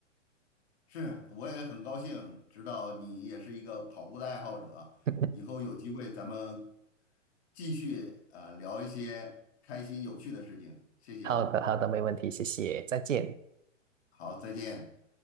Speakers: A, on the left; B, on the right.
A: 是，我也很高兴知道你也是一个跑步的爱好者。
B: <laughs>
A: 以后有机会咱们继续呃聊一些开心有趣的事情。谢谢，
B: 好的，好的，没问题，谢谢，再见。
A: 好，再见。